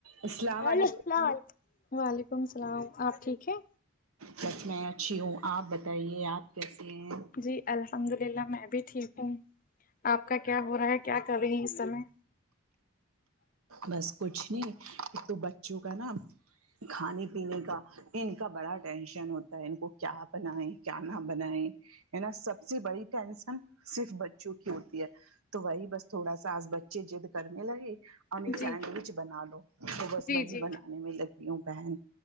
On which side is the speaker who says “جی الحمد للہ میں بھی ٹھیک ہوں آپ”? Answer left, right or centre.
Left